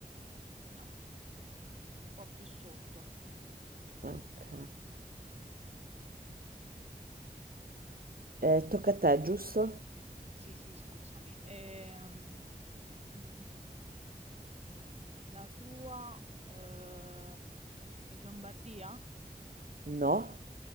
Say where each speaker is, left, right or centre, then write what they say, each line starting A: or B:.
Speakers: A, on the right (about 45°); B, on the right (about 75°).
A: no. Un po' più sotto.
B: Ok. Eh, tocca a te, giusto?
A: Sì, sì, scusami. Ehm, mm, mm, mm, mm. La tua, eh, in Lombardia?
B: No.